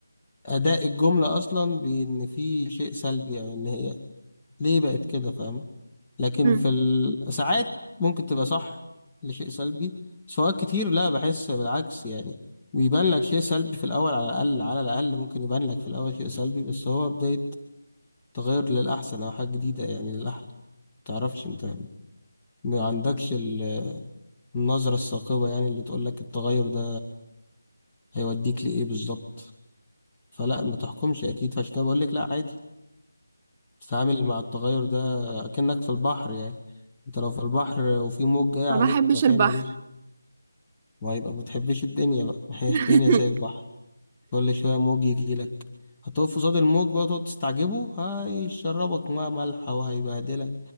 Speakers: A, on the left; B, on the right.
A: اداء الجملة اصلا بان في شيء سلبي او ان هي ليه بقت كده فاهمة لكن
B: مم.
A: في ال... ساعات ممكن تبقى صح لشيء سلبي بس أوقات كتير لا بحس بالعكس يعني بيبان لك شيء سلبي في الأول على الأقل على الأقل ممكن يبان لك في الأول شيء سلبي بس هو بداية تغير للأحسن أو حاجة جديدة يعني للأحلى متعرفش أنت ما عندكش ال- النظرة الثاقبة يعني اللي تقول لك التغير ده هيوديك لإيه بالظبط فلا ما تحكمش أكيد فعشان كده بقول لك لا عادي تتعامل مع التغير ده كأنك في البحر يعني انت لو في البحر وفي موج جاي
B: ما
A: عليك
B: بحبش
A: هتعمل
B: البحر
A: ايه وهيبقى ما بتحبش الدنيا بقى <laughs> هي
B: <laughs>
A: الدنيا زي البحر كل شوية موج يجي لك هتقف قصاد الموج بقى تقعد تستعجبه هيشربك ميه مالحة وهيبهدلك